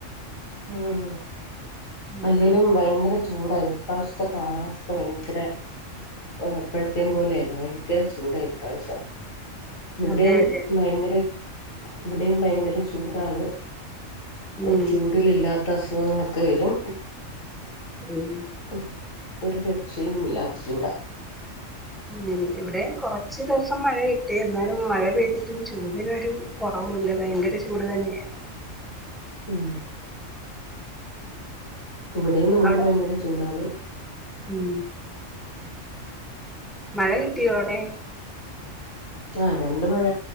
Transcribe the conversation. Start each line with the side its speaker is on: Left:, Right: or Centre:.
Left: ഉം
Centre: ഉം
Left: അല്ലെലും ഭയങ്കര ചൂ ചൂട് ഇപ്രാവശത്തെ കാലാവസ്ഥ ഭയങ്കര ഓ എപ്പോഴത്തേ പോലെയല്ല ഭയങ്കര ചൂടാ ഇപ്രാവശ്യം. ഇവിടെയും
Centre: അതെ അതെ
Left: ഭയങ്കര ഇവിടെയും ഭയങ്കര ചൂടാണ്. പ്പം
Centre: ഉം
Left: ചൂടിലില്ലാത്ത അസുഖങ്ങളൊക്കെ വരും.
Centre: ഉം
Left: ഉം ഒരു രക്ഷയുമില്ലാത്ത ചൂടാ
Centre: ഉം ഇവിടെ കൊറച്ച് ദിവസം മഴ കിട്ടി. എന്നാലും മഴ പെയ്തിട്ടും ചൂടിനൊരു കൊറവൂല്ല ഭയങ്കര ചൂട് തന്നെയാ
Left: ഉം ഇവിടേം നമുക്ക്
Centre: അവിടെ
Left: ഭയങ്കര ചൂടാണ്.
Centre: ഉം മഴ കിട്ടിയോ അവിടെ
Left: ആഹ് രണ്ട് മഴ